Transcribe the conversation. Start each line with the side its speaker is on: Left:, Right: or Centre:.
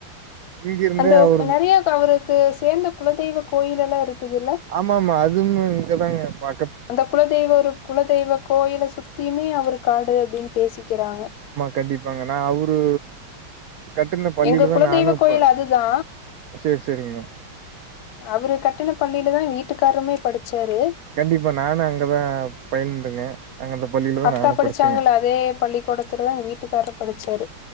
Right: இங்கிருந்தே
Left: அந்தோ
Right: அவரு
Left: நறீயா க அவருக்கு சேந்த குலதெய்வ கோயிலெல்லா இருக்குதுல்ல
Right: ஆமா ஆமா அதுவு இங்கதாங்க பா
Left: அந்த குலதெய்வ ஒரு குலதெய்வ கோயில சுத்தியுமே அவரு காடு அப்டீன்னு பேசிக்கிறாங்க
Right: கண்டிப்பாங்கன்னா அவுரு கட்டுன பள்ளிலதா
Left: எங்க குலதெய்வ
Right: நானு இப்ப
Left: கோயில் அதுதா
Right: செரி செரிங்க
Left: அவரு கட்டுண பள்ளியிலதா வீட்டுக்காருமே படிச்சாரு
Right: கண்டிப்பா நானு அங்கதா பயின்றுங்க அங்க அந்த பள்ளியில தா
Left: அக்கா
Right: நானு
Left: படிச்சாங்கல்ல
Right: படிச்சங்க
Left: அதே பள்ளிக்கூடத்துலதா எங்க வீட்டுக்காரு படிச்சாரு